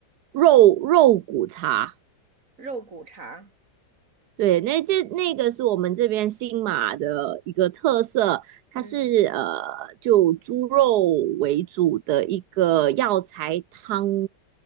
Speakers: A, on the right; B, on the right.
A: 肉肉骨茶。
B: 肉骨茶？
A: 对，那这那个是我们这边新马的一个特色，它是呃就猪肉为主的一个药材汤
B: 嗯